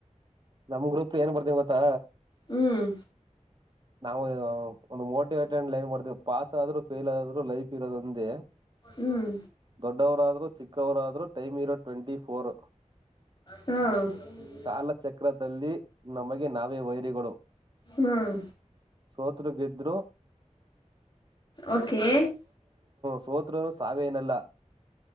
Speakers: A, on the right; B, on the left.
A: ನಮ್ಗ್ರೂಪ್ ಏನ್ ಬರದಿವಿವ ಗೊತ್ತಾ
B: ಹ್ಮ್
A: ನಾವು ಒಂದು ಮೋಟಿವೇಟ್ ಲೈನ್ ಬರದೀವಿ ಪಾಸ್ ಆದ್ರು, ಫೇಲ್ ಆದ್ರು ಲೈಫ ಇರೋದಂದೇ.
B: ಹ್ಮ್
A: ದೊಡ್ಡವರಾದ್ರು, ಚಿಕ್ಕವರಾದ್ರು ಟೈಮ್ ಇರೋದು ಟ್ವೆಂಟಿ ಫೋರ್
B: ಹಾ, -
A: ಕಾಲಚಕ್ರದಲ್ಲಿ ನಮಗೆ ನಾವೇ ವೈರಿಗಳು.
B: ಹ್ಮ್,
A: ಸೋತ್ರು ಗೆದ್ರು
B: ಓಕೆ, -
A: ಸೋತ್ರುಸಾವೇ ಏನಲ್ಲ,